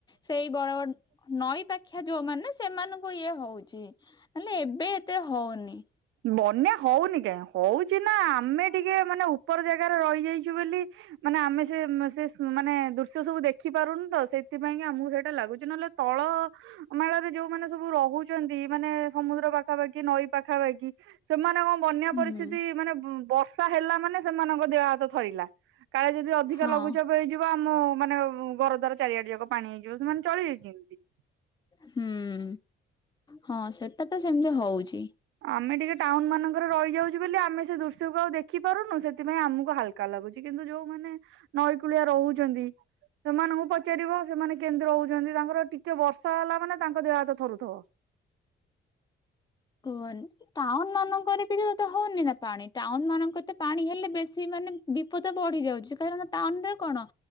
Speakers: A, on the left; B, on the right.
A: ସେଇ ବଡ ବ ନଈ ପାଖିଆ ଯୋଉମାନେ ସେମାନଙ୍କୁ ଇଏ ହଉଛି ନହେଲେ ଏବେ ଏତେ ହଉନି।
B: ବନ୍ୟା ହଉନି କାଇଁ ହଉଛି ନା ଆମେ ଟିକେ ମାନେ ଉପର ଜାଗାରେ ରହିଯାଇଛୁ ବେଲି ମାନେ ଆମେ ସେ ଉଁ ସେ ଉଁ ମାନେ ଦୃଶ୍ୟ ସବୁ ଦେଖି ପାରୁନୁ ତ ସେଥିପାଇଁ କି ଆମକୁ ସେଇଟା ଲାଗୁଛି ନହେଲେ ତଳ ମାଳରେ ଯୋଉମାନେ ସବୁ ରହୁଛନ୍ତି, ମାନେ ସମୁଦ୍ର ପାଖାପାଖି ନଈ ପାଖାପାଖି ସେମାନେ କଣ ବନ୍ୟା
A: ହୁଁ
B: ପରିସ୍ଥିତି ମାନେ ବର୍ଷା ହେଲା ମାନେ ସେମାନଙ୍କ ଦେହ ହାତ ଥରିଲା। କାଳେ ଯଦି ଅଧିକା
A: ହଁ
B: ଲଗୁଚାପ ପ ହେଇଯିବ ଆମ ମାନେ ଘର ଦ୍ୱାର ଚାରିଆଡେ ଯାକ ପାଣି ହେଇଯିବ ସେମାନେ ଚଳିବେ କେମିତି?
A: ହୁଁ ହଁ ସେଟା ତ ସେମିତି ହଉଛି।
B: ଆମେ ଟିକେ ଟାଉନ ମାନଙ୍କରେ ରହିଯାଉଛୁ ବୋଲି ଆମେ ସେ ଦୃଶ୍ୟକୁ ଆଉ ଦେଖିପାରୁନୁ ସେଥିପାଇଁ ଆମକୁ ହାଲ କା ଲାଗୁଛି କିନ୍ତୁ ଯୋଉ ମାନେ ନଈକୂଳିଆ ରହୁ ଛନ୍ତି ସେମାନଙ୍କୁ ପଚାରିବ ସେମାନେ କେମତି ରହୁ ଛନ୍ତି ତାଙ୍କର ଟିକେ ବର୍ଷା ହେଲା ମାନେ ତାଙ୍କ ଦେହ ହାତ ଥରୁଥବ।
A: କୁହନି ଟାଉନମାନଙ୍କରେ ବି ତ ଏତେ ହଉନି ନା ପାଣି ଟାଉନମାନଙ୍କ ତ ପାଣି ହେଲେ ବେଶୀ ମାନେ ବିପଦ ବଢି ଯାଉଛି। କାରଣ ଟାଉନରେ କଣ